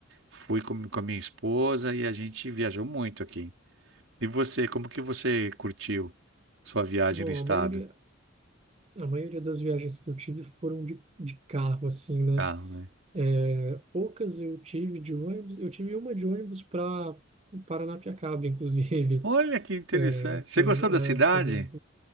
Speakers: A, on the right; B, on the right.
A: fui com, com a minha esposa e a gente viajou muito aqui. E você, como que você curtiu sua viagem
B: Bom,
A: no estado?
B: a maioria, a maioria das viagens que eu tive foram de, de carro, assim, né?
A: Carro, né?
B: É, poucas eu tive de ônibus. Eu tive uma de ônibus para Paranapiacaba, inclusive.
A: Olha
B: <laughs>
A: que interessante.
B: É,
A: Você
B: foi,
A: gostou
B: é,
A: da cidade?
B: foi uma-